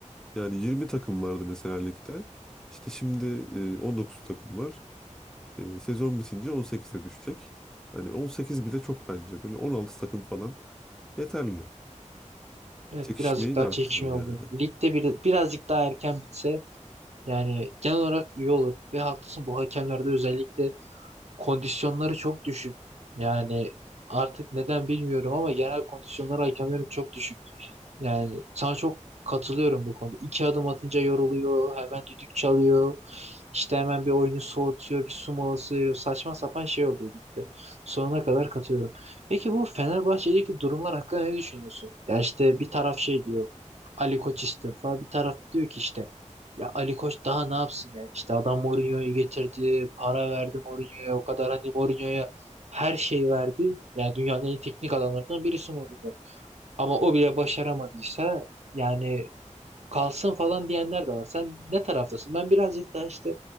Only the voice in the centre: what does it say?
Yani 20 takım vardı mesela ligde. İşte şimdi e, 19 takım var. E, Sezon bitince 18'e düşecek. Hani 18 bile çok bence. Böyle 16 takım falan yeterli.
Çekişmeyi
de arttırır
yani.